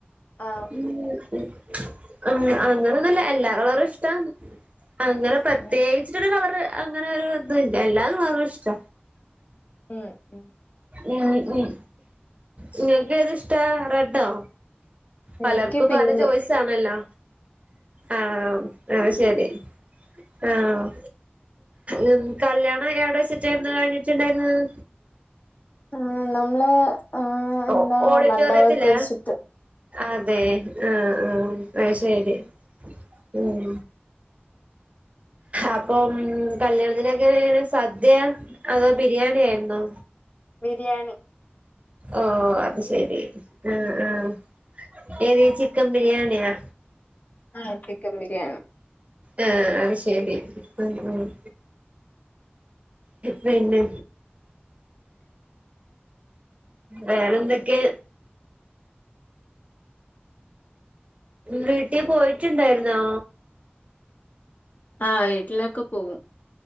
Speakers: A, on the left (about 40°); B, on the right (about 35°).
A: ആഹ്
B: ഉം അ അങ്ങനൊന്നുല്ല എല്ലാ കളറുഷ്ടാന്ന് അങ്ങനെ പ്രത്യേ
A: ഉം
B: കിച്ച്ട്ടൊര് കളറ് അങ്ങനൊര് ഇതില്ല എല്ലാ കളറുഷ്ട
A: ഉം ഉം
B: ഉം ഉം ഇങ്ങക്കേത്ഷ്ടാ റെഡോ? പലർക്കും
A: എനിക്ക് പിങ്ക്
B: പല ചോയ്സാണല്ലോ ആഹ് അഹ് ശരി ആഹ് എ കല്യാണം എവിടെ വെച്ചിട്ടായിര്ന്നു കയ്ഞ്ഞിട്ട്ണ്ടായിര്ന്നത്?
A: ആഹ് നമ്മളെ ആ
B: ഓ
A: എന്താ
B: ഓഡിറ്റോറിയത്തിലാ
A: മണ്ഡപത്ത് വെച്ചിട്ട്
B: അതെ ആഹ് ആഹ് അഹ് ശരി ഉം അപ്പം കല്യാണത്തിനൊക്കെങ്ങനേണ് സദ്യ അതോ ബിരിയാണി ആയിര്ന്നോ?
A: ബിരിയാണി
B: ഓഹ് അത് ശരി ആഹ് ആഹ് ഏത് ചിക്കൻ ബിരിയാണിയാ?
A: ആഹ് ചിക്കൻ ബിരിയാണി
B: ആഹ് അത് ശരി ആഹ് ആഹ് പിന്നെ വേറെന്തൊക്കെ? വീട്ടി പോയിട്ട്ണ്ടായിര്ന്നോ?
A: ആഹ് വീട്ടിലൊക്കെ പോവും